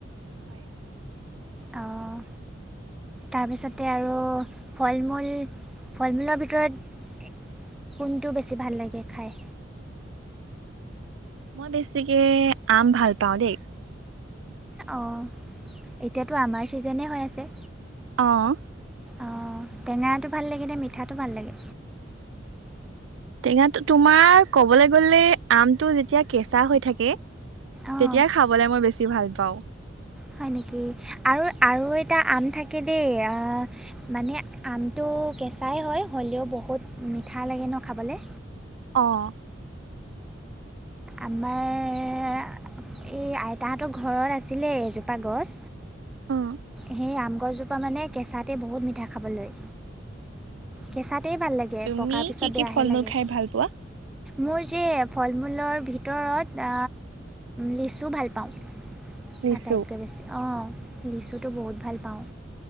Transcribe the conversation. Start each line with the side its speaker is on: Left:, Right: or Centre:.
Right: হয়।
Centre: অঁ। তাৰপিছতে আৰু ফল মূল আৰু ফল মূল। ত কোনটো বেছি ভাল লাগে খাই
Right: মই বেছিকে আম ভাল পাওঁ দেই
Centre: অঁ এতিয়াতো আমাৰ ছিজনেই হৈ আছে
Right: আহঁ
Centre: অঁ টেঙাটো ভাল লাগে নে মিঠাটো ভাল লাগে
Right: টেঙা তোমাৰ কবলৈ গলে আমটো যেতিয়া কেঁচা হৈ থাকে
Centre: অঁ
Right: তেতিয়াই খাবলে মই বেছি ভাল পাওঁ
Centre: হয় নেকি আৰু আৰু এটা আম থাকে দেই অ মানে আমটো কেঁচাই হয় হলেও বহুত মিঠা লাগে নহ খাবলে।
Right: অঁ, <unintelligible> <inaudible>
Centre: আমাৰ এই আইতাঁহতৰ ঘৰত আছিলেই এজোপা গছ
Right: অঁ।
Centre: সেই আম গছজোপা মানে কেঁচাতে বহুত মিঠা খাবলৈ কেঁচাতেই ভাল লাগে
Right: তুমি
Centre: পকাৰ পিছত
Right: কি কি
Centre: বেয়াহে
Right: ফল মূল
Centre: লাগে
Right: খাই ভাল পোৱা?
Centre: মোৰ যে ফল মূলৰ ভিতৰত লিচু ভাল পাওঁ আটাইতকৈ
Right: লিচু,
Centre: বেছি অঁ লিচুটো বহুত ভাল পাওঁ